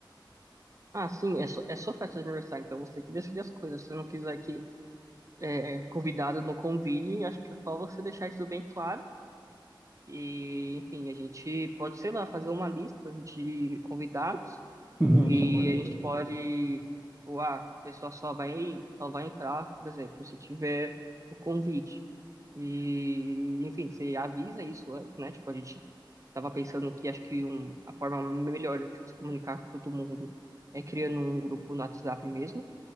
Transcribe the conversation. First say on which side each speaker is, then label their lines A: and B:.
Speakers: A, on the right; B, on the right.
A: Ah, sim, é, só, é sua festa de aniversário, então você que decide as coisas. Se você não quiser que é, é, convidado não convide, acho que é só você deixar isso bem claro. E, enfim, a gente pode, sei lá, fazer uma lista de convidados
B: Uhum,
A: E
B: isso é uma boa ideia.
A: a gente pode, tipo, ah, a pessoa só vai, só vai entrar, por exemplo, se tiver o convite. E, enfim, você avisa isso antes, né? Tipo, a gente tava pensando que acho que um, a forma melhor de se comunicar com todo mundo é criando um grupo no WhatsApp mesmo.